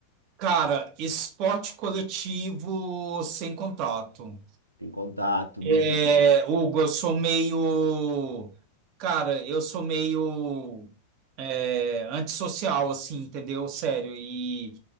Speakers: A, on the right; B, on the right.
A: Cara, esporte coletivo sem contato.
B: Tem contato,
A: É,
B: beleza.
A: Hugo, eu sou meio. Cara, eu sou meio. é, antissocial, assim, entendeu? Sério. E,